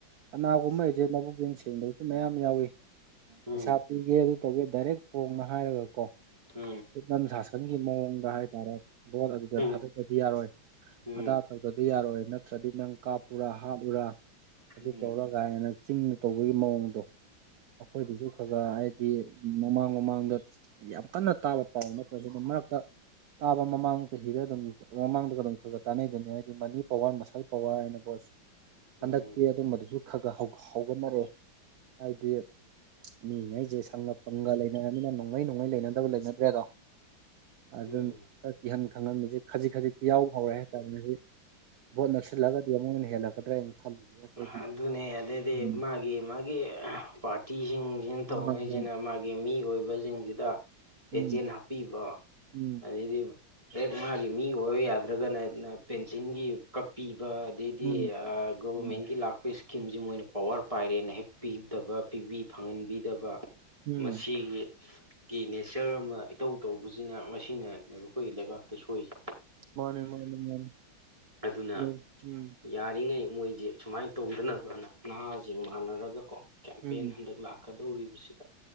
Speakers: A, on the right; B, on the right.
A: ꯀꯅꯥꯒꯨꯝꯕ ꯑ‌ꯦꯖ‌ꯦꯟ ꯃꯕꯨꯛꯆ‌ꯦꯟ ꯁꯦꯡꯗꯕꯁꯨ ꯃꯌꯥꯝ ꯌꯥꯎꯏꯤ
B: ꯎꯝ
A: ꯄꯩꯁꯥ ꯄꯤꯒꯦ ꯑꯗꯨ ꯇꯧꯒꯦ ꯗꯥꯏꯔꯦꯛ ꯐꯣꯡꯅ ꯍꯥꯏꯔꯒ ꯀꯣ
B: ꯎꯝ
A: ꯁꯨꯞꯅꯝ ꯁꯥꯁꯟꯒꯤ ꯃꯑꯣꯡꯗ ꯍꯥꯏꯇꯥꯔꯦ ꯚꯣꯠ ꯑꯗꯨꯗ
B: ꯎꯝ
A: ꯊꯥꯗꯔꯥꯗꯤ ꯌꯥꯔꯣꯏ
B: ꯎꯝ
A: ꯑꯗꯥ ꯇꯧꯗꯔꯗꯤ ꯌꯥꯔꯣꯏ ꯅꯠꯇ꯭ꯔꯗꯤ ꯅꯪ ꯀꯥꯞꯄꯨꯔꯥ ꯍꯥꯠꯂꯨꯔꯥ ꯑꯗꯨ
B: ꯎꯝ
A: ꯇꯧꯔ ꯀꯥꯏꯅ ꯆꯤꯡꯗ ꯇꯧꯕꯒꯤ ꯃꯑꯣꯡꯗꯣ ꯑꯩꯈꯣꯏꯗꯁꯨ ꯈꯒꯔꯥꯍꯥꯏꯗꯤ ꯃꯃꯥꯡ ꯃꯃꯥꯡꯗ ꯌꯥꯝ ꯀꯟꯅ ꯇꯥꯕ ꯄꯥꯎ ꯅꯠꯇ꯭ꯔꯁꯨ ꯃꯔꯛꯇ ꯇꯥꯕ ꯃꯃꯥꯡ ꯆꯍꯤꯗ ꯑꯗꯨꯝ ꯃꯃꯥꯡꯗꯒ ꯑꯗꯨꯝ ꯈꯔ ꯈꯔ ꯇꯥꯟꯅꯩꯗꯅ ꯍꯥꯏꯗꯤ ꯃꯅꯤ ꯄꯋꯥꯔ ꯄꯁꯥꯜ ꯄꯋꯥꯔ ꯍꯥꯏꯅ ꯀꫭ
B: ꯎꯝ
A: ꯍꯟꯗꯛꯇꯤ ꯑꯗꯨꯝꯕꯗꯨꯁꯨ ꯈꯥꯔ ꯈꯔꯥ ꯍꯧꯒꯠꯅꯔꯛꯑꯦ ꯑꯥꯏꯗꯤ ꯃꯤꯉꯩꯁꯦ ꯁꯪꯒ ꯄꯪꯒ ꯂꯩꯅꯔꯕꯅꯤꯅ ꯅꯣꯡꯃꯩ ꯅꯣꯡꯃꯩ ꯂꯩꯅꯗꯕ ꯂꯩꯅꯗ꯭ꯔꯦꯗꯣ ꯑꯗꯨꯅ
B: ꯎꯝ
A: ꯈꯔ ꯀꯤꯍꯟ ꯈꯪꯍꯟꯕꯕꯁꯤ ꯈꯖꯤꯛ ꯈꯖꯤꯛꯇꯤ ꯌꯥꯎꯕ ꯍꯧꯔꯦ ꯍꯥꯏꯇꯥꯥꯔꯦꯅꯦ ꯚꯣꯠ ꯅꯞꯁꯤꯜꯂꯒꯗꯤ ꯑꯃꯨꯛ ꯍꯟꯅ ꯍꯦꯜꯂꯛꯀꯗ꯭ꯔꯥꯅ ꯈꯜꯂꯤꯌꯦ ꯑꯩꯈꯣꯏꯒꯤ
B: ꯑꯗꯨꯅꯦ ꯑꯗꯩꯗꯤ
A: ꯎꯝ
B: ꯃꯥꯒꯤ ꯃꯥꯒꯤ ꯄꯥꯔꯇꯤꯁꯤꯡꯁꯤꯅ ꯇꯧꯅꯔꯤꯁꯤꯅ
A: ꯍꯣꯏ ꯍꯣꯏ
B: ꯃꯥꯒꯤ ꯃꯤ ꯑꯣꯏꯕꯁꯤꯡꯁꯤꯗ
A: ꯎꯝ
B: ꯑꯦꯖꯦꯟ ꯄꯤꯕ
A: ꯎꯝ
B: ꯑꯗꯩꯗꯤꯕ ꯍꯦꯛ ꯃꯥꯒꯤ ꯃꯤ ꯑꯣꯏꯌꯨ ꯌꯥꯗ꯭ꯔꯒꯅꯅ ꯄꯦꯟꯁꯤꯟꯒꯤ ꯀꯛꯄꯤꯕ ꯑꯗꯩꯗꯤ
A: ꯎꯝ
B: ꯑ ꯒꯕꯔꯃꯦꯟꯒꯤ
A: ꯎꯝ
B: ꯂꯥꯛꯄ ꯏꯁ ꯀꯤꯝꯖꯤ ꯃꯣꯏꯅ ꯄꯋꯥꯔ ꯄꯥꯏꯔꯦꯅ ꯍꯦꯛ ꯄꯤꯗꯕ ꯄꯤꯕꯤ ꯐꯪꯍꯟꯕꯤꯗꯕ
A: ꯎꯝ
B: ꯃꯁꯤꯒꯤ ꯀꯤ ꯅꯦꯆꯔ ꯑꯃ ꯏꯇꯧ ꯇꯧꯕꯖꯤꯅ ꯃꯁꯤꯅꯅꯦꯕ ꯑꯩꯈꯣꯏꯒꯤ ꯂꯩꯕꯥꯛꯇ ꯁꯣꯏꯔꯤꯖꯦ
A: ꯃꯥꯅꯦ ꯃꯥꯅꯦ ꯃꯥꯅꯦ
B: ꯑꯗꯨꯅ
A: ꯎꯝ ꯎꯝ
B: ꯌꯥꯔꯤꯉꯩ ꯃꯣꯏꯖꯦ ꯁꯨꯃꯥꯏꯅ ꯇꯧꯗꯅꯕꯅ ꯅꯍꯥꯖꯤꯡ ꯃꯥꯟꯅꯔꯒ ꯀꯣ ꯀꯦꯝꯄꯦꯟ
A: ꯎꯝ
B: ꯍꯟꯗꯛ ꯂꯥꯛ ꯀꯗꯧꯔꯤꯕꯁꯤꯗ